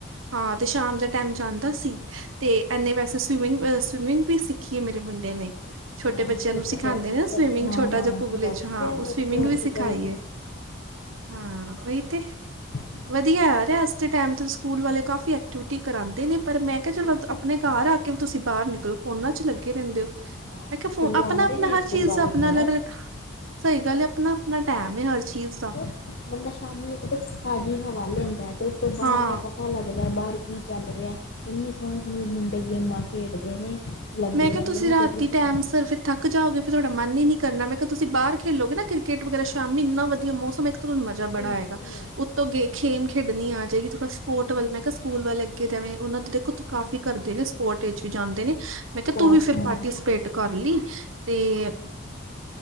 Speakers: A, on the right (about 80°); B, on the left (about 60°).
A: ਹਾਂ ਤੇ ਸ਼ਾਮ ਦਾ ਟੈਮ ਜਾਂਦਾ ਸੀ, ਤੇ ਐਨੇ ਵੈਸੇ ਸਵੀਮਿੰਗ- ਸਵੀਮਿੰਗ ਵੀ ਸਿੱਖੀ ਏ ਮੇਰੇ ਮੁੰਡੇ
B: ਅੱਛਾ
A: ਨੇ।
B: ਅੱਛਾ।
A: ਛੋਟੇ ਬੱਚਿਆਂ
B: ਫਿਰ
A: ਨੂੰ ਸਿਖਾਂਦੇ
B: ਤਾਂ ਵਧ
A: ਨੇ ਨਾ
B: ਵਧ
A: ਸਵੀਮਿੰਗ,
B: ਹਾਂ
A: ਛੋਟਾ
B: ਹਾਂ
A: ਜਿਹਾ ਪੂਲ
B: ਵਧੀਆ
A: ਇੰਚ ਹਾਂ ਉਹ
B: ਫਿਰ
A: ਸਵੀਮਿੰਗ
B: ਤਾਂ ਹੋਰ
A: ਵੀ
B: ਕੀ
A: ਸਿਖਾਈ
B: ਚਾਹੀਦਾ।
A: ਐ। ਹਾਂ ਉਈ ਤੇ।
B: ਹਾਂਜੀ।
A: ਵਧੀਆ ਆ ਅੱਰ ਅੱਜ ਦੇ ਟੈਮ ਤੇ ਸਕੂਲ ਵਾਲੇ ਕਾਫੀ ਐਕਟੀਵਿਟੀ ਕਰਾਂਦੇ ਨੇ, ਪਰ ਮੈਂ ਕਿਹਾ ਚਲੋ
B: ਹੋਰ
A: ਆਪਣੇ ਘਰ ਆ ਕੇ ਵੀ ਤੁਸੀਂ ਬਾਹਰ ਨਿਕਲੋ ਫੋਨਾਂ ਚ ਲੱਗੇ ਰਹਿੰਦੇ ਓ।
B: ਨਾ
A: ਮੈਂ ਕਿਹਾ
B: ਸਕੂਲੋਂ
A: ਫੋ ਆਪਣਾ
B: ਆਂਦੇ
A: -ਆਪਣਾ
B: ਨੇ ਸਕੂਲੋਂ
A: ਹਰ ਚੀਜ਼
B: ਆ
A: ਦਾ ਆਪਣਾ
B: ਕੇ ਫੋਨ
A: ਅਲੱਗ- ਅਲੱਗ ਸਹੀ ਗੱਲ ਐ, ਆਪਣਾ-ਆਪਣਾ ਟੈਮ ਏ ਹਰ ਚੀਜ਼ ਦਾ।
B: ਹੋਰ ਬੰਦਾ ਸ਼ਾਮੀ ਇੱਕ ਤਾਂ ਤਾਜ਼ੀ ਹਵਾ ਲੈਂਦਾ ਐ ਤੇ ਉੱਤੋਂ ਬਾਹਰ
A: ਹਾਂ
B: ਦਾ ਕੰ ਪਤਾ ਲੱਗਦਾ ਐ ਬਾਹਰ ਕੀ ਚੱਲ ਰਿਆ, ਇੰਨੀ ਸੋਹਣੀ- ਸੋਹਣੀ ਮੁੰਡੇ ਗੇਮਾਂ ਖੇਡਦੇ ਨੇ। ਲੱਗੇ
A: ਮੈਂ ਕਿਹਾ
B: ਰਹਿੰਦੇ
A: ਤੁਸੀਂ
B: ਨੇ
A: ਰਾਤੀ
B: ਫਿਰ ਵੀ ਜਵਾਨ
A: ਟੈਮ ਸਿਰ ਫਿਰ ਥੱਕ ਜਾਓਗੇ ਫਿਰ ਤੁਹਾਡਾ ਮਨ ਈ ਨੀ ਕਰਨਾ, ਮੈਂ ਕਿਹਾ ਤੁਸੀਂ ਬਾਹਰ ਖੇਲੋਗੇ ਨਾ ਕ੍ਰਿਕਟ ਵਗੈਰਾ ਸ਼ਾਮੀ ਏਨਾ ਵਧੀਆ ਮੌਸਮ ਤੁਹਾਨੂੰ ਮਜ਼ਾ ਬੜਾ
B: ਬਿਲਕੁਲ
A: ਆਏਂਗਾ, ਉੱਤੋਂ ਗ ਖੇਮ ਖੇਡਣੀ ਆਜੇਗੀ ਥੋੜਾਂ ਸਪੋਰਟ
B: ਹੂੰ
A: ਵੱਲ, ਮੈਂ ਕਿਹਾ ਸਕੂਲ ਵੱਲ ਤੇ ਐਵੇਂ ਉਹਨਾਂ ਦੇ ਦੇਖੋ ਤ ਕਾਫੀ ਕਰਦੇ ਨੇ, ਸਪੋਟ ਵਿੱਚ ਵੀ ਜਾਂਦੇ ਨੇ। ਮੈਂ ਕਿਹਾ
B: ਸਪੋਰਟਸ
A: ਤੂੰ ਵੀ ਫਿਰ
B: ਹਾਂ
A: ਪਾਰਟੀਸਪੇਟ ਕਰ ਲੀ, ਤੇ